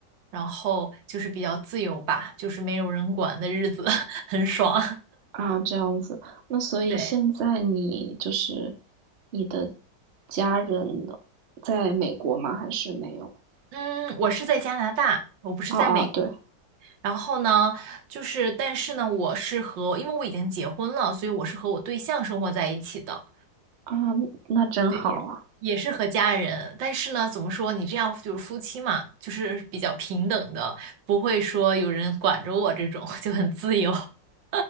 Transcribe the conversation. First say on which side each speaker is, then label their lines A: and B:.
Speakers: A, on the right; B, on the right.
A: 然后就是比较自由吧，就是没有人管的日子，<laughs> 很爽，
B: 啊，这样子。那所以现在你就是
A: <laughs> 对。
B: 你的家人在美国吗？还是没有？
A: 嗯，我是在加拿大，我不是在美国。
B: 啊啊，对
A: 然后呢，就是，但是呢，我是和，因为我已经结婚了，所以我是和我对象生活在一起的，
B: 啊，那真好啊。
A: 对，也是也是和家人。但是呢，怎么说，你这样就是夫妻嘛，就是比较平等的，不会说有人管着我这种，<laughs> 就很自由。<laughs>